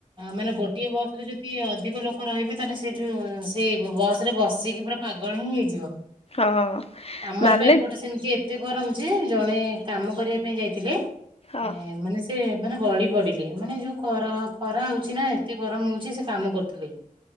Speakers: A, on the right; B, on the left.
A: ମାନେ ଗୋଟିଏ ବସରେ ଯଦି ଅଧିକ ଲୋକ ରହିବେ ତାହେଲେ ସେଇଠୁ ସେଇ ବସରେ ବସିକି ପୁରା ପାଗଳ ହିଁ ହେଇଯିବ,
B: ହଁ
A: ଆମର
B: ମାନେ
A: ତ ଏପଟେ ସେମିତି ଏତେ ଏତେ ଗରମଯେ ଜଣେ କାମ କରିବା ପାଇଁ ଯାଇଥିଲେ
B: ହଁ
A: ଏ ମାନେ ସେ ମାନେ ଗଳିପଡିଲେ ମାନେ ଯୋଉ ଖରା କରା ହଉଛି ନା ଏତେ ଗରମ ହଉଛି ସେ କାମ କରୁଥିଲେ।